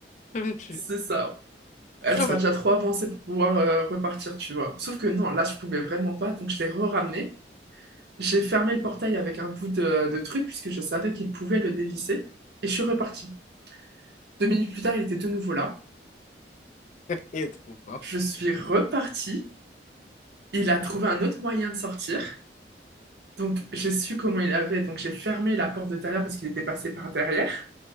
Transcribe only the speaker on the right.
C'est ça. Elle
sera
déjà trop avancée pour pouvoir euh, repartir, tu vois. Sauf que non, là, je pouvais vraiment pas, donc je l'ai re-ramené. J'ai fermé le portail avec un bout de, de truc puisque je savais qu'il pouvait le dévisser et je suis repartie. Deux minutes plus tard, il était de nouveau là.
Je suis repartie. Il a trouvé un autre moyen de sortir. Donc, j'ai su comment il avait. Donc, j'ai fermé la porte de derrière parce qu'il était passé par derrière.